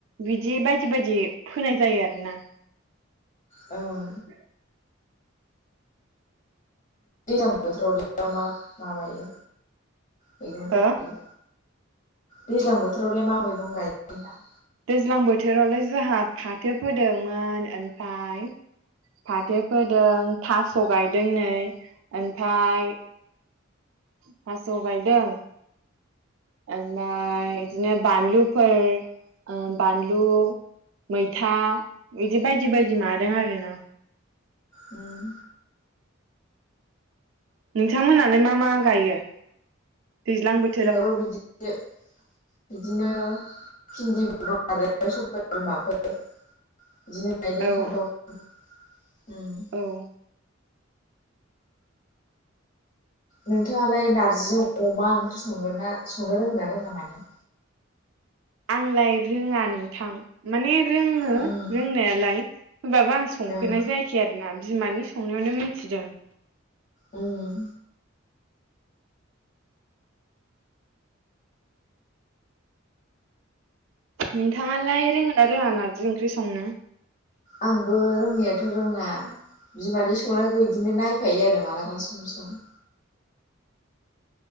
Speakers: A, on the right; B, on the left.
A: बिदि बायदि बायदि फोनाय आरोना।
B: औ
A: <inaudible>
B: दैलां बोथोरावलाय मा माबायो मैगंफोर
A: हो
B: गायो दैज्लां बोथोरावलाय मा मैगं गायो होनदां?
A: दैज्लां बोथोरावलाय जोंहा फाथो फोदोंमोन ओनफाय फाथो फोदों थास' गायदों नै ओनफाय थास' गायदों। ओनफाय इदिनो बानलुफोर ओ बानलु मैथा इदि बायदि बायदि माबादों आरोना।
B: उम
A: नोंथांमोनालाय मा मा गायो दैज्लां बो
B: जोंनाबो बिदिनो। इदिनो भिन्दि मैगं आरो सबाइ बिमाफोर। <unintelligible>
A: औ उम
B: नोंथाङालाय नारजि अमा ओंख्रि संगोन ना संनो रोंङोन ना रोङा माने
A: आंलाय रोङा नोंथां माने रोङो
B: उम
A: रोंनायालाय होमबाबो आं संफेरनाय
B: ओं
A: जायाखै आरोना बिमानि संनायावनो मिथिदों
B: उम
A: नोंथाङालाय रोङो ना रोङा नारजि ओंख्रि संनो
B: आंबो रोङनायाथ' रोङा बिमानि सं संनायखौ बिदिनो नायफायो आरो मालाबा सम सम